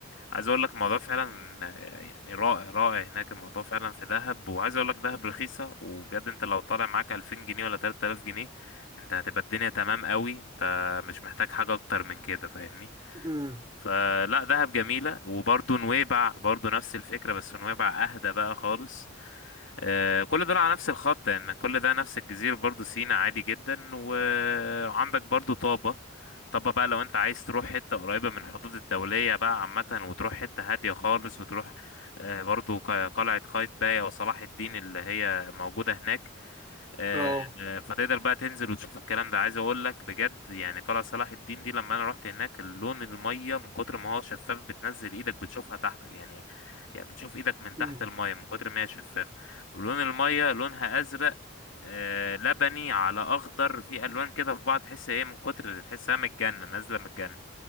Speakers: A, on the left; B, on the right.
A: عايز اقول لك الموضوع فعلا آه، يعني رائع رائع هناك الموضوع فعلا في دهب وعايز اقول لك دهب رخيصه وبجد انت لو طالع معاك 2000 جنيه ولا 3000 جنيه انت هتبقى الدنيا تمام قوي انت مش محتاج حاجه اكتر من كده فاهمني
B: مم.
A: فلا دهب جميلة وبرضه نويبع برضه نفس الفكرة بس نويبع أهدى بقى خالص آه، كل ده على نفس الخط يعني كل ده نفس الجزيرة برضه سينا عادي جدا وعندك برضه طابة طابة بقى لو انت عايز تروح حتة قريبة من الحدود الدولية بقى عامة وتروح حتة هادية خالص وتروح آه، برضه ق- قلعة قايتباي أو صلاح الدين اللي هي موجودة هناك آه،
B: اه
A: آه، فتقدر بقى تنزل وتشوف الكلام ده عايز اقول لك بجد يعني قلعة صلاح الدين دي لما انا رحت هناك اللون المية من كتر ما هو شفاف بتنزل ايدك بتشوفها تحتك يعني يعني بتشوف ايدك من
B: مم.
A: تحت المية من كتر ما هي شفاف ولون المية لونها ازرق آه، لبني على اخضر في الوان كده في بعض تحس هي من كتر تحسها من الجنة نازلة من الجنة